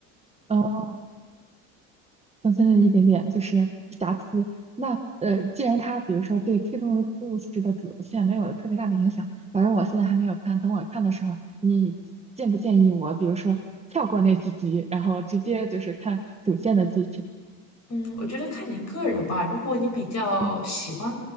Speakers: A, on the right; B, on the left.
A: 呃增添了一点点就是瑕疵。那呃，既然它比如说对推动的故事的主线没有特别大的影响，反正我现在还没有看，等我看的时候，你建不建议我，比如说跳过那几集，然后直接就是看主线的剧情？
B: 嗯，我觉得看你个人吧。如果你比较喜欢，
A: 嗯